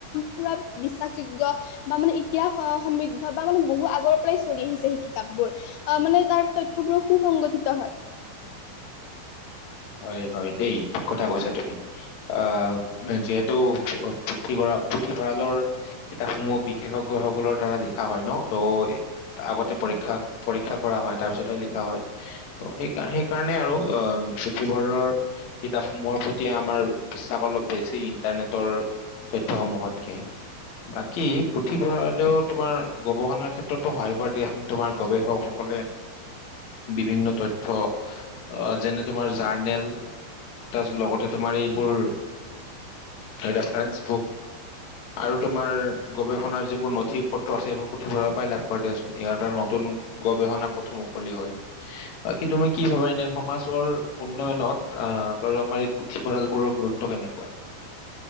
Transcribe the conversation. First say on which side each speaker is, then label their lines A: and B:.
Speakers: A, on the left; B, on the left.
A: পুৰা বিশ্বাসযোগ্য বা মানে ইতিহাস সমৃদ্ধ বা মানে বহু আগৰ পৰাই চলি আহিছে সেই কিতাপ আহ মানে তাৰ তথ্যবোৰো সুসংগঠিত হয়
B: হয় হয় দেই কথা কৈছা তুমি আহ যিহেতু পুথিভৰাল পুথিভঁৰালৰ কিতাপসমূহ বিশেষজ্ঞসকলৰ দ্বাৰা লিখা হয় ন ত' আগতে পৰীক্ষা পৰীক্ষা কৰা হয় তাৰ পিছতে লিখা হয় ত সেইকাৰ সেইকাৰণে আৰু। অ' সেইবোৰৰ কিতাপসমূহৰ প্ৰতি আমাৰ বিশ্বাস অলপ বেছি ইণ্টাৰনেটৰ। তথ্য সমূহতকে বাকী পুথিভঁৰালেও
A: হয়
B: তোমাৰ গৱেষণাৰ ক্ষেত্ৰতো সহায় কৰে দিয়াচোন তোমাৰ গৱেষকসকলে বিভিন্ন তথ্য আহ যেনে তোমাৰ জাৰ্নেল তাৰ লগতে তোমাৰ এইবোৰ ৰেফাৰন্স বুক আৰু তোমাৰ গৱেষণাৰ যিবোৰ নথি-পত্ৰ আছে সেইবোৰ পুথিভঁৰালৰ পাই লাভ কৰা দিয়াচোন ইয়াৰ দ্বাৰা নতুন গৱেষণা পথো মুকলি হয় বাকী তুমি কি ভাবা এনে সমাজৰ উন্নয়নত অহ বাৰু আমাৰ এই পুথিভঁৰাল বোৰৰ গুৰুত্ব কেনেকুৱা।